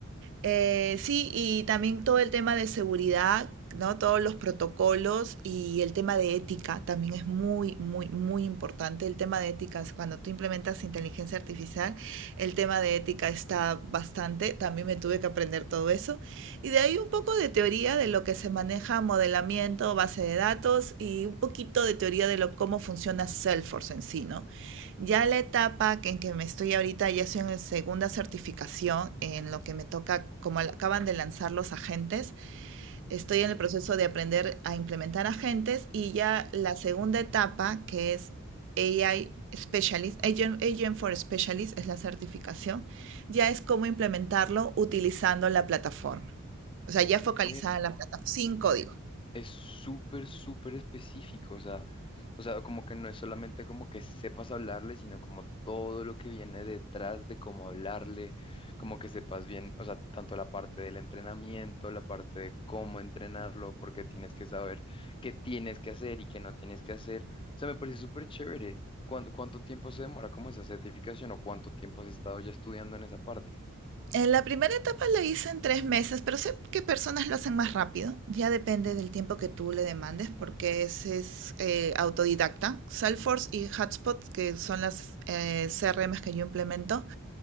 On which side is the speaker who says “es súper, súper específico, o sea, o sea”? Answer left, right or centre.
Left